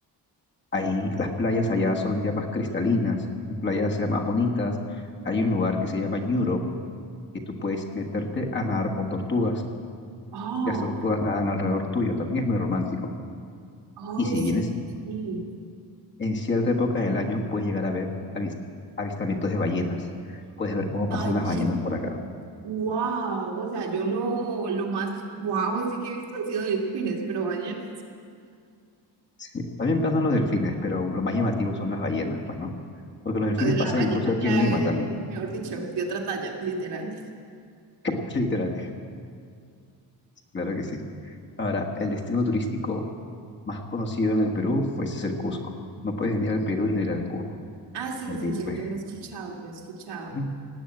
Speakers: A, on the left (about 25°); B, on the right (about 70°).
A: ahí las playas allá son ya más cristalinas, son playas ya más bonitas. Hay un lugar que se llama Ñuro, que tú puedes meterte a nadar con tortugas
B: Oh,
A: las tortugas nadan alrededor tuyo, también es muy romántico.
B: Ay,
A: Y si
B: sí,
A: vienes
B: sí,
A: en cierta época del año, puedes llegar a ver avis- avistamientos de ballenas. Puedes ver cómo
B: ballena,
A: pasan las ballenas por acá.
B: wow, o sea, yo lo, lo más wow, así que he visto han sido delfines, pero ballena,
A: Sí, También pasan los delfines, pero lo más llamativo son las ballenas, pues, ¿no? Porque los delfines
B: la
A: pasan
B: ballena
A: incluso aquí
B: ya
A: en Lima
B: es,
A: también.
B: mejor dicho, de otra talla, literal.
A: <laughs> Literal, claro que sí. Ahora, el destino turístico más conocido en el Perú, pues es el Cusco. No puedes venir al Perú y no ir al Cusco,
B: Ah, sí,
A: donde,
B: sí, yo,
A: pues,
B: yo lo he escuchado, yo he escuchado.
A: ujú,